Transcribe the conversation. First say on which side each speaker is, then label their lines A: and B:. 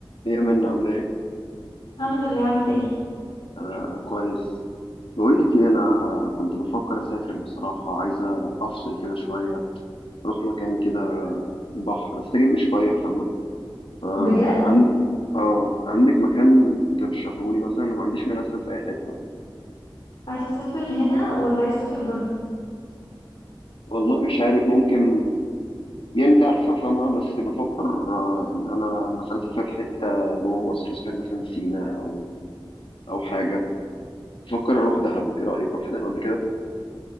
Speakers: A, on the left; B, on the left.
A: ايه منا عامله ايه
B: الحمد لله عامل ايه
A: انا كويس بقول لك ايه انا كنت بفكر اسافر بصراحه عايزه افصل كده شويه اروح مكان كده بحر استجم شويه فاهمه آه
B: بجد
A: عن اه عندك مكان ترشحولي مثلا أنا ما عنديش مانع اسافر في اي حته يعني
B: عايزه تسافر هنا ولا عايز تسافر بره
A: والله مش عارف ممكن يعني انت عارفه فاهمه بس بفكر آه، ان انا مثلا اسافر حته جوه مصر اسافر مثلا سينا او او حاجه بفكر اروح دهب ايه رايك رحت دهب قبل كده